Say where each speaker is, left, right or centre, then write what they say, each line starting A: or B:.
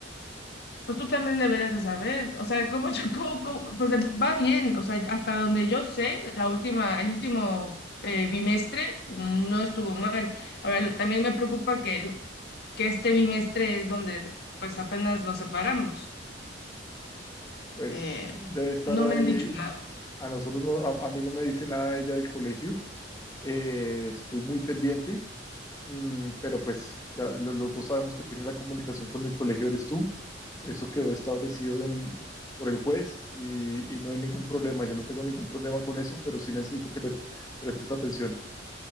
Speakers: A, on the left; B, on the left.
A: Pues tú también deberías de saber, o sea, cómo <laughs> yo, cómo- cómo- pues va bien, o sea, hasta donde yo sé, la última, el último eh, bimestre mm, no estuvo mal. Ahora, lo- también me preocupa que, el- que este bimestre es donde pues apenas nos separamos.
B: Pues
A: Eh,
B: debe estar
A: no
B: ahí.
A: me han dicho nada.
B: A nosotros no, a, a mí no me dice nada ella del colegio. Eh, estoy muy pendiente, mm, pero pues ya lo- los dos sabemos que tiene la comunicación con el colegio, eres tú. Eso quedó establecido en, por el juez y, y no hay ningún problema. Yo no tengo ningún problema con eso, pero sí necesito que le prestes atención.